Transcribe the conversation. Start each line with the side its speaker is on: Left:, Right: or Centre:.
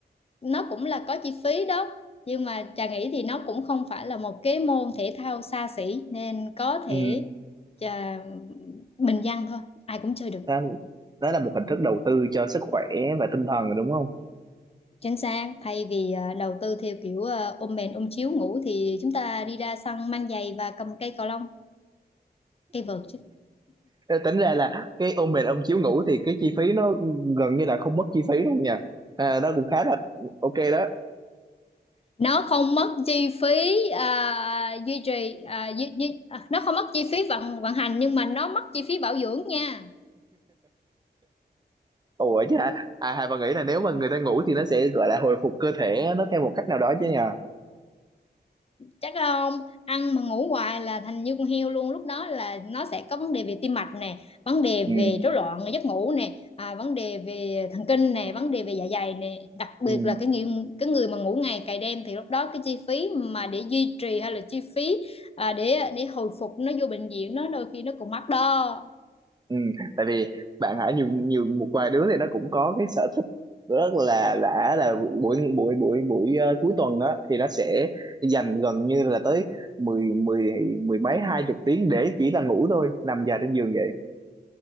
Left: nó cũng là có chi phí đó nhưng mà Trà nghĩ thì nó cũng không phải là một cái môn thể thao xa xỉ nên có thể
Right: Ừ.
Left: Trà bình dân thôi ai cũng chơi được
Right: Đó, đó là một hình thức đầu tư cho sức khỏe và tinh thần rồi đúng không
Left: chính xác thay vì à, đầu tư theo kiểu à, ôm mền ôm chiếu ngủ thì chúng ta đi ra sân mang giày và cầm cây cầu lông cây vợt chứ
Right: tính ra là cái ôm mền ôm chiếu ngủ thì cái chi phí nó gần như là không mất chi phí luôn nha à, đó cũng khá là ok đó
Left: nó không mất chi phí à, duy trì à, duy, duy, à, nó không mất chi phí vận vận hành nhưng mà nó mất chi phí bảo dưỡng nha
Right: ủa chứ hả à Hà bà nghĩ là nếu mà người ta ngủ thì nó sẽ gọi là hồi phục cơ thể nó theo một cách nào đó chứ nha
Left: chắc không ăn mà ngủ hoài là thành như con heo luôn lúc đó là nó sẽ có vấn đề về tim mạch nè vấn đề
Right: ừ,
Left: về rối loạn giấc ngủ nè à, vấn đề về thần kinh nè vấn đề về dạ dày nè đặc
Right: ừ,
Left: biệt là cái người, cái người mà ngủ ngày cày đêm thì lúc đó cái chi phí mà để duy trì hay là chi phí à, để để hồi phục nó vô bệnh viện nó đôi khi nó còn mắc đó
Right: ừ. tại vì bạn hả nhiều nhiều một vài đứa thì nó cũng có cái sở thích rất là lạ là buổi buổi buổi buổi ờ, cuối tuần đó thì nó sẽ dành gần như là tới mười mười mười mấy hai chục tiếng để chỉ là ngủ thôi nằm dài trên giường